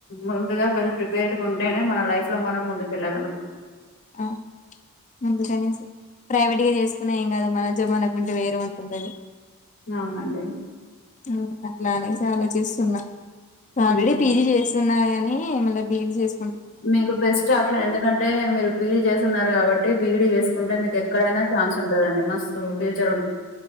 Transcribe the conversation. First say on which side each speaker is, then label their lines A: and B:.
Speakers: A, on the left; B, on the left.
A: ముందుగా వెల్ ప్రిపేర్డ్గా ఉంటేనే మన ల మనం ముందుకు వెళ్ళగలం
B: ఆ అందుకనేసి ప్రైవేట్ గా చేసుకున్నా ఏం కాదు మన జాబ్ మనకుంటే వేరే ఉంటుంది అది
A: అవునండి
B: అవును అట్లానే చాలా చూస్తున్నా ఆల్రెడీ
A: ఉమ్.
B: పీజీ చేసి న్నాయి కాని మళ్ళీ బీఈడీ చేసు
A: మీకు బెస్ట్ ఆప్షన్ ఎందుకంటే మీరు పీడీ చేస్తున్నారు కాబట్టి బీఈడీ చేసుకుంటే మీకు ఎక్కడైనా ఛాన్స్ ఉంటది అండి మస్త్ ఫ్యూచర్